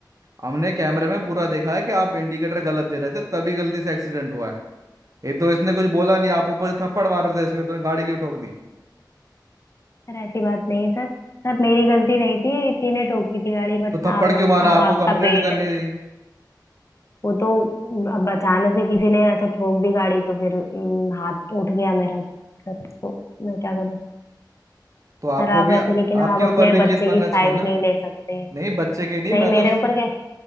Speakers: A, on the right; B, on the left.
A: हमने कैमरे में पूरा देखा है कि आप इंडिकेटर गलत दे रहे थे तभी गलती से एक्सीडेंट हुआ है ये तो इसने कुछ बोला नहीं आप ऊपर से थप्पड़ मार रहे थे इसमें तुमने गाड़ी क्यों ठोक दी
B: सर ऐसी बात नहीं है सर सर मेरी गलती नहीं थी इसी ने ठोकी थी गाड़ी बट
A: तो
B: अब
A: थप्पड़ क्यों
B: अब
A: मारा
B: अब
A: आपको
B: आपका
A: कंप्लेंट
B: बेटा
A: करने दी
B: वो तो अब अचानक से किसी ने ऐसे ठोक दी गाड़ी तो फिर हम्म, हाथ उठ गया मेरा सर तो मैं क्या करूं
A: तो आपको
B: सर आप
A: भी
B: ऐसे
A: आपके
B: लेकिन आप अपने
A: ऊपर भी केस
B: बच्चे
A: बनना
B: की साइड
A: चाहिए ना
B: नहीं ले सकते
A: नहीं बच्चे की
B: नहीं
A: नहीं मैं
B: मेरे
A: तो
B: ऊपर क्या